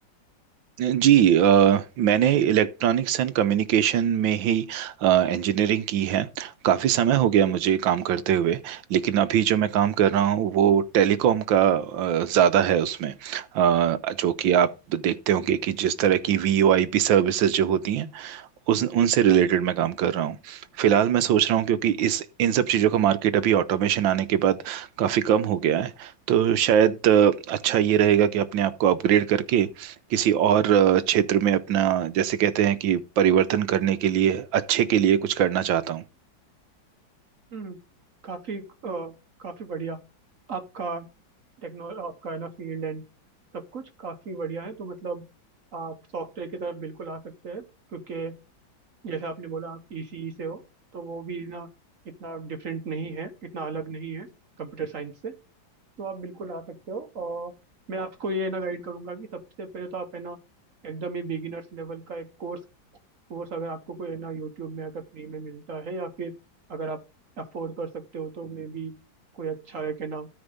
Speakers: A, on the right; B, on the right.
A: जी अ, मैंने इलेक्ट्रॉनिक्स एंड कम्युनिकेशन में ही इंजीनियरिंग की है काफ़ी समय हो गया मुझे काम करते हुए लेकिन अभी जो मैं काम कर रहा हूँ वो टेलीकॉम का ज़्यादा है उसमें अ, जो कि आप देखते होंगे कि जिस तरह की V O I P services जो होती हैं उस उनसे रिलेटेड मैं काम कर रहा हूँ फिलहाल मैं सोच रहा हूँ क्योंकि इस इन सब चीज़ों का मार्केट अभी ऑटोमेशन आने के बाद काफ़ी कम हो गया है तो शायद अ, अच्छा ये रहेगा कि अपने आप को अपग्रेड करके किसी और अ, क्षेत्र में अपना जैसे कहते हैं कि परिवर्तन करने के लिए अच्छे के लिए कुछ करना चाहता हूँ
B: हम्म काफी अ, काफी बढ़िया आपका टेक्नो आपका है ना फील्ड एंड सब कुछ काफी बढ़िया है तो मतलब आप सॉफ्टवेयर की तरफ बिल्कुल आ सकते हैं क्योंकि जैसे आपने बोला आप ईसीई से हो तो वो भी ना इतना डिफरेंट नहीं है इतना अलग नहीं है कंप्यूटर साइंस से तो आप बिल्कुल आ सकते हो और मैं आपको ये ना गाइड करूंगा कि सबसे पहले तो आप है ना एकदम ही बिगिनर्स लेवल का एक कोर्स कोर्स अगर आपको कोई है ना यूट्यूब में अगर फ्री में मिलता है या फिर अगर आप अफोर्ड कर सकते हो तो मे बी कोई अच्छा है कि ना